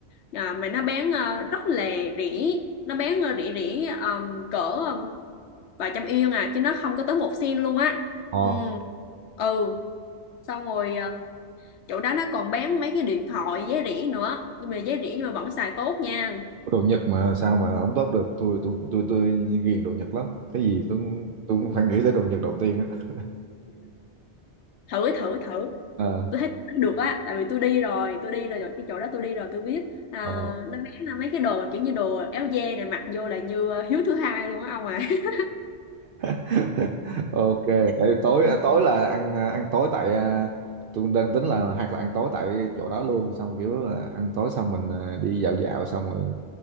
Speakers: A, on the left; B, on the right.
A: à, mà nó bán à, rất là rẻ nó bán à, rẻ rẻ um, cỡ um, vài trăm yên à chứ nó không có tới một sen luôn á
B: Ờ.
A: ừ ừ xong rồi à, chỗ đó nó còn bán mấy cái điện thoại giá rẻ nữa nhưng mà giá rẻ nhưng mà vẫn xài tốt nha
B: đồ Nhật mà sao mà không tốt được tôi tôi tôi tôi ghiền đồ Nhật lắm cái gì tôi cũng- tôi cũng phải nghĩ tới đồ Nhật đầu tiên á
A: thử thử thử
B: Ờ,
A: tôi thấy được á tại vì tôi đi rồi tôi đi rồi rồi cái chỗ đó tôi đi rồi tôi biết à,
B: ờ.
A: nó bán là mấy cái đồ mà kiểu như đồ áo da này mặc vô là như ờ, hiếu thứ hai luôn á ông à <laughs>
B: <laughs> ok để tối
A: Ừ.
B: tối là ăn à, ăn tối tại à, tôi đang tính là hoặc là ăn tối tại chỗ đó luôn xong kiểu là ăn tối xong mình à, đi dạo dạo xong rồi